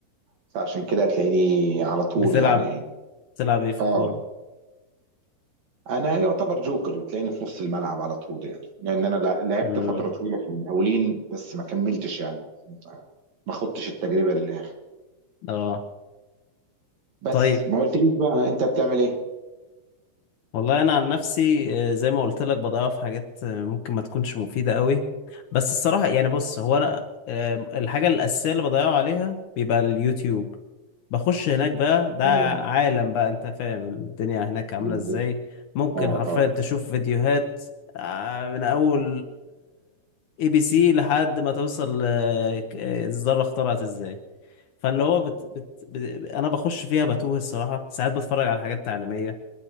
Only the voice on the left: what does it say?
بتلعب
بتلعب ايه في
الكورة
امم
اه
طيب
والله انا عن نفسي آه، زي ما قلت لك بضيع في حاجات آه، ممكن ما تكونش مفيده قوي بس الصراحه يعني بص هو انا آه، الحاجه الاساسيه اللي بضيعه عليها بيبقى اليوتيوب بخش هناك بقى ده
عالم بقى انت فاهم الدنيا هناك عامله
ازاي ممكن
حرفيا
تشوف فيديوهات آه، من اول اي بي سي لحد ما توصل آه، ك- آه، الذره اخترعت ازاي فاللي هو بت... بت... بت... انا بخش فيها بتوه الصراحه ساعات بتفرج على حاجات تعليميه